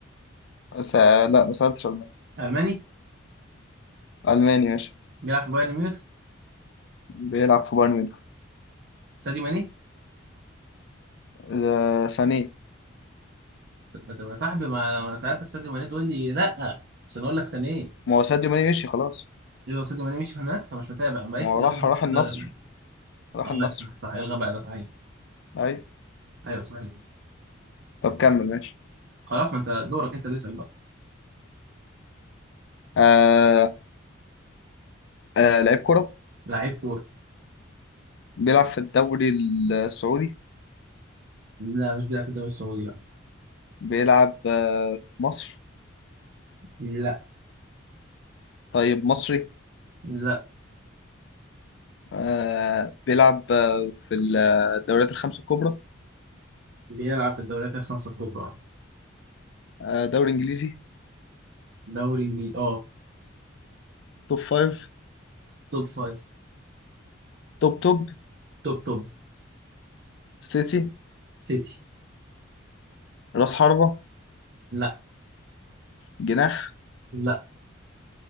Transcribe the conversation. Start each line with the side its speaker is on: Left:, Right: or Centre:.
Left: س... لا ما سألتش ألماني
Right: الماني
Left: ألماني ماشي
Right: بيلعب في بايرن ميونخ
Left: بيلعب في بايرن ميونخ
Right: ساديو ماني
Left: آه ثانية
Right: طب طب يا صاحبي ما انا سالتك ساديو ماني تقول لي لا عشان اقول لك سنه ايه
Left: ما هو ساديو ماني مشي خلاص
Right: يبقى ساديو ماني مش هناك انت مش متابع ما
Left: ما
Right: في
Left: هو
Right: الدوري
Left: راح راح النصر
Right: الالماني
Left: راح
Right: اه لا،
Left: النصر
Right: صح صح الغى بقى ده صحيح
Left: أيوة
Right: ايوه صحيح
Left: طب كمل ماشي
Right: خلاص ما انت دورك انت اللي اسال بقى
Left: آه آه لعيب كرة
Right: لعيب كوره
Left: بيلعب في الدوري السعودي
Right: لا مش بيلعب في الدوري السعودي لا
Left: بيلعب آه في مصر
Right: لا
Left: طيب مصري
Right: لا
Left: آه بيلعب آه في الدوريات الخمسة الكبرى
Right: بيلعب في الدوريات الخمسه الكبرى
Left: آه دوري إنجليزي
Right: دوري انجليزي اه
Left: توب فايف
Right: توب فايف
Left: توب توب
Right: توب توب
Left: سيتي
Right: سيتي
Left: رأس حربة
Right: لا
Left: جناح
Right: لا